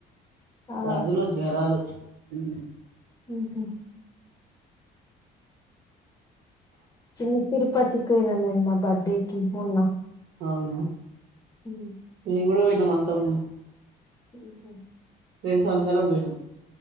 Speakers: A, on the left; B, on the right.
A: ఆ
B: దగ్గులు జ్వరాలు వచ్చినయ్
A: మ్ హూ చిన్న తిరుపతికి పొయినా నా బర్డేకి మొన్న
B: అవునా
A: ఉమ్,
B: నేనైతే గూడొ పోయినా ను వంటము
A: ఊహూ
B: ఫ్రెన్సందరం పొయ్ నమ్